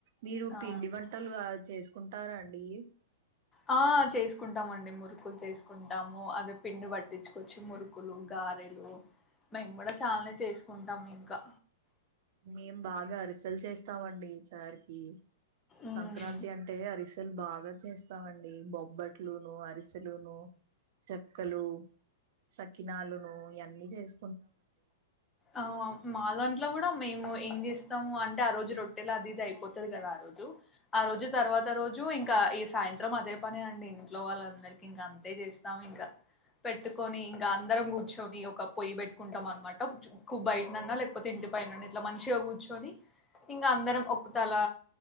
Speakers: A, on the right; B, on the left.
A: మీరు
B: ఆ
A: పిండి వంటలు ఆ చేసుకుంటారా అండి
B: ఆ చేసుకుంటామండి. మేము మురుకులు చేసుకుంటాము అదే పిండి పట్టించుకొచ్చి మురుకులు గారెలు మేము కూడా చాలానే చేసుకుంటాము ఇంకా.
A: మేం బాగా అరిసల్ చేస్తామండి ఈసారికి.
B: ఉమ్
A: సంక్రాంతి అంటే అరిస్. తల్ బాగా చేస్తామండి. బొబ్బట్లును అరిసెలును చెక్కలు సకినలును ఇయన్నీ చేస్
B: ఆ మా దాంట్లో కూడా మేము ఏం చేస్తాము అంటే ఆ రోజు రొట్టెలా అది ఇది అయిపోతది కదా ఆ రోజు ఆ రోజు తర్వాత రోజు ఇంకా ఈ సాయంత్రం అదే పని అండి ఇంట్లో వాళ్ళందరికి ఇంకా అంతే చేస్తాము ఇంకా పెట్టుకొని ఇంకా అందరం కూర్చొని ఒక పొయ్యి పెట్టుకుంటాం అనమాట బయటనన్నా లేకపోతే ఇంటి బయటనన్న ఇట్లా మంచిగా కూర్చుని ఇంకా అందరం ఒ తల